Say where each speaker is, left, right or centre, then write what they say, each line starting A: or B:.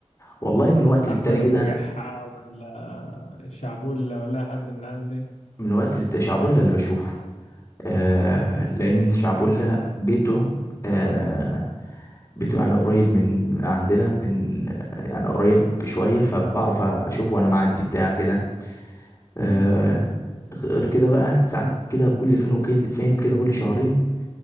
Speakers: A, on the left; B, on the left.
A: والله من وقت للتاني
B: احمد
A: كده
B: ابو بحة ولا الشعبولة ولا حد من العيال دي
A: من وقت للتاني شعبولة اللي بشوفه آه
B: ونشوفه.
A: لان شعبولة بيته آه بيته يعني قريب من من عندنا من يعني قريب شوية فبعرف اشوفه وانا معدي بتاع كده آه،
B: مم.
A: غير كده بقى ساعات كده كل فين وكين فين كده كل شهرين